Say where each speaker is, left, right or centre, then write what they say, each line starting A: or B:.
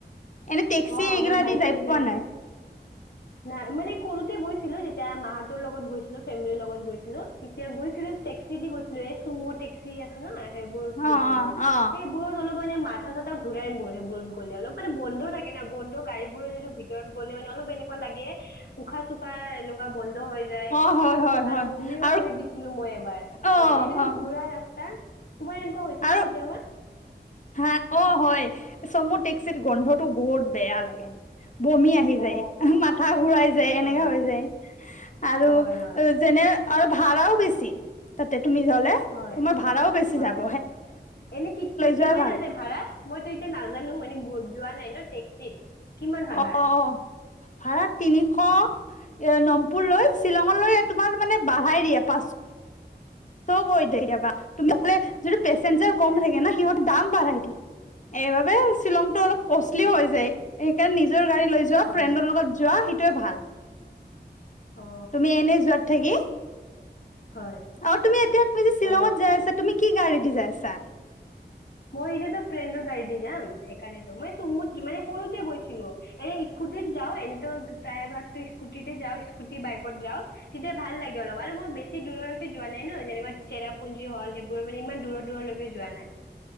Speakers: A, on the left (about 45°); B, on the left (about 65°).
A: এনে টেক্সি
B: অঁ
A: এইগিলা
B: মই বাইকেদি
A: দি পোৱা
B: যাই
A: নাই
B: বেছি নাই মানে সৰুতে গৈছো। ছিলো যেতিয়া মাহতৰ লগত গৈছিলো ফেমিলিৰ লগত গৈছিলো তেতিয়া গৈছিলো টেক্সি দি গৈছিলো এ চুম' টেক্সি আছে ন সেইবোৰত
A: অ
B: গৈছিলো
A: অ অ
B: সেইবোৰত অলপ মানে মাত মাথা চাথা ঘূৰাই মোৰ সেইবোৰত গ'লে অলপ মান বন্ধ থাকে কিনা বন্ধু গাড়ী বোৰৰে যিটো ভিতৰত গ'লে মানে অলপ এনেকুৱা লাগে উশাহ চুখা এনেকুৱা বন্ধু হৈ যায়
A: অ হয় হয় হয়
B: আৰু বমিও
A: আৰু
B: কৰি দিছিলো মই এবাৰ
A: অ
B: হয় এনেকুৱা
A: অ
B: ঘূৰাৰা ৰাস্তা তোমাৰ এনেকুৱা হৈছে
A: আৰু
B: নে কেতিয়াবা
A: হা অঁ হয় চমু টেক্সিৰ গোন্ধটো বহুত বেয়া লাগে। বমি আহি যায়
B: অ
A: মাথা ঘুৰাই যায় এনেকা
B: হয়
A: হৈ যায় আৰু
B: হয় হয়
A: যেনে আৰু ভাড়াও বেছি তাতে তুমি গ'লে
B: হয়
A: তুমাৰ ভাড়াও গোছি
B: হয়
A: যাব।
B: এনে কি কি কিমান
A: যোৱাই ভাল
B: আছে ভাড়া মইতো এতিয়া নাজানো মানে? যোৱা নাই ন টেক্সিত কিমান হয়
A: অঁ
B: ভাড়া
A: অঁ ভাড়া তিনিশ। এ নমপুৰ লৈ শ্বিলঙলৈ তোমাৰ মানে বাধাই দিয়ে পাছ। তৌকৰি দে কেতিয়াবা। যিটো পেচে্জাৰ
B: আচ্ছা
A: কম থাকে ন সিহঁত। দাম বাঢ়াই দিয়ে, এইবাবে শ্বিলং টো অলপ কষ্টলিও
B: অ
A: হৈ যায়। সেইকাৰনে নিজে। নিজৰ গাড়ী লৈ যোৱা,
B: হয়
A: ফ্ৰেণ্ডৰ লগত যোৱা। টোৱে ভাল।
B: অ
A: তুমি এনে যোৱাত থাকি।
B: হয়।
A: আৰু তুমি এতিয়া, তুমি যে শ্বিলঙত
B: অ
A: যাই আছা! তুমি কি গাড়ী দি যাইছা?
B: মই এতিয়াতো ফ্ৰেণ্ডৰ গাড়ী দি যাম। সেইকাৰণেতো মই চুমুত, মানে সৰুতে গৈছিলো। এনে স্কুটিত যাও, এনেতো প্ৰায়ভাগতো স্কুটিতেই যাওঁ, স্কুটি-বাইকত যাওঁ। তেতিয়া ভাল লাগে অলপ আৰু মই বেছি দূৰলৈকে যোৱা নাই ন, যেনিবা চেৰাপুঞ্জী হ'ল সেইবোৰ মানে ইমান দূৰত-দূৰলৈকে যোৱা নাই